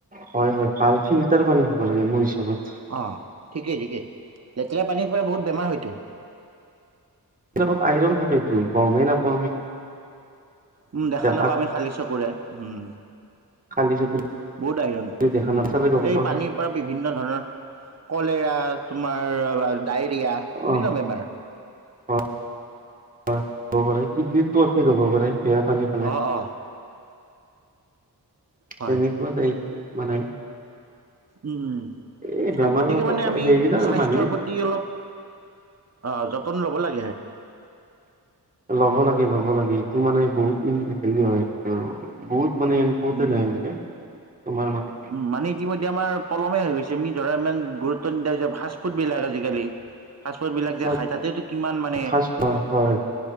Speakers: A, on the right; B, on the right.
A: হয় হয় ভাল ফিল্টাৰ পানী খাব লাগে মোৰ হিচাপত।
B: অ, ঠিকেই ঠিকেই লেতেৰা পানীৰ পৰা বহুত বেমাৰ হয়তো।
A: ত আইৰণ থাকেইটো গমেই নাপাওঁ আমি।
B: উম, দেখা
A: দেখাত
B: নাপাওঁ আমি খালি চকুৰে উম
A: খালি চকুৰে
B: বহুত আইৰণ
A: দেখা
B: উম
A: নাচালে গম
B: এই
A: পাব
B: পানীৰ
A: পাৰে।
B: পৰা বিভিন্ন ধৰণৰ কলেৰা। তোমাৰ। ডায়েৰিয়া বিভিন্ন
A: অ
B: বেমাৰ।
A: হয় হব পাৰে, কিডনীটো এফেক্ট হব পাৰে। বেয়া পানী খালে।
B: অ অ হয়
A: তেনেকোৱা টাইপ। মানে?
B: উম উম,
A: এই বেমাৰৰ
B: হয় গতিকে
A: কথা
B: মানে আমি
A: সেইবিলাক
B: স্বাস্থ্যৰ
A: মানুহে
B: প্ৰতি অলপ আহ যত। টন লব লাগে।
A: ল'ব লাগে ল'ব লাগে। টো মানে বহুত ই হেৰি হয় বহুত। মানে ইনপৰ্টেন্ত
B: উম
A: হয়
B: উম
A: মানে তোমাৰ মানে।
B: উম মানে ইতিমধ্যে আমাৰ পলমে হৈ গৈছে, আমি ধৰা ইমান গুৰুত্ব নিদা হৈছে ফাষ্টফুডবিলাক আজিকালি। ফাষ্টফুডবিলাক
A: মানে
B: যে খাই তাতেতো কিমান মানে
A: ফাৰ্ষ্ট হয় হয়